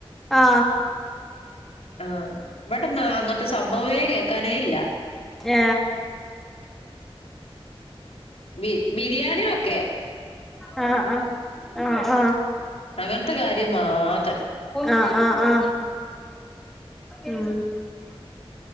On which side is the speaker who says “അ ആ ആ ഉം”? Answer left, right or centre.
Centre